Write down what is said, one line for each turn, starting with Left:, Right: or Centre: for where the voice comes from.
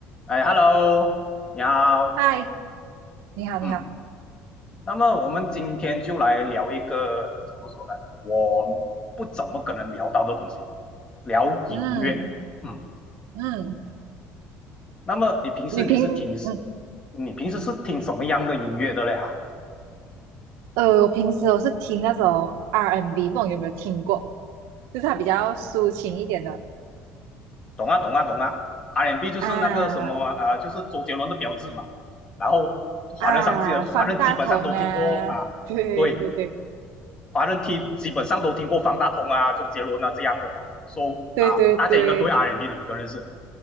Left: 哎，Hello，你好，
Right: 嗨，你好，你好，
Left: 嗯，那么我们今天就来聊一个怎么说呢？我不怎么可能聊到的东西，聊音乐。
Right: 嗯
Left: 嗯，
Right: 嗯，
Left: 那么你平时你是听，
Right: 你平嗯
Left: 你平时是听什么样的音乐的嘞？哈，
Right: 呃，我平时我是听那种 R&B，and B，不懂有没有听过？就是它比较抒情一点的
Left: 懂啊，懂啊，懂啊。R&B 就是那个什么啊、
Right: 啊
Left: 呃就是周杰伦的标志嘛。然后华人上基华人基本上都听过啊，
Right: 啊，方大同啊，对对对
Left: 对，华人听基本上都听过方大同啊、周杰伦啊这样的吧，so
Right: 对对对
Left: 啊，大家应该对 R&B and B 的歌认识